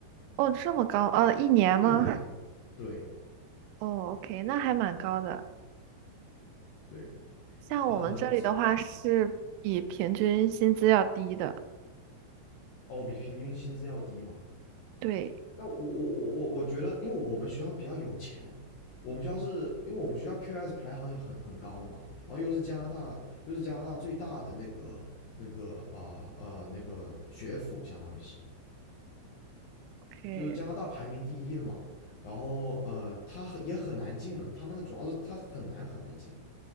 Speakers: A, on the right; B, on the left.
A: 哦，这么高，呃，一年吗？
B: 一年，对
A: 哦，OK，那还蛮高的。
B: 对，
A: 像我们这里的话，
B: 嗯、这
A: 是比平均薪资要低的。
B: 哦比平均薪资要低嘛，
A: 对
B: 但我我我我我觉得，因为我们学校比较有钱，我们学校是因为我们学校 QS 排行也很很高嘛，然后又是加拿大又是加拿大最大的那个那个呃呃那个学府，相当于是。
A: ，OK，
B: 就是加拿大排名第一的嘛。然后呃，他很也很难进呢，他那个主要是他很难很难进，